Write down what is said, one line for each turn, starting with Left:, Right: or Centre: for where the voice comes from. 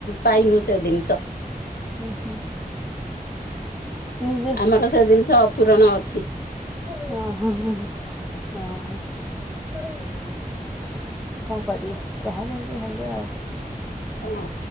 Left: ପାଇନୁ ସେ ଜିନିଷ।
Centre: ହୁଁ ହୁଁ ନିଜେ
Left: ଆମର ସେ ଜିନିଷ ପୂରଣ ଅଛି।
Centre: ହ ହଁ ହ ହଁ ହଁ। କଣ କରିବ୍ ଯାହା ଯେମିତି ଭାଗ୍ୟ ଆଉ।
Left: ହଁ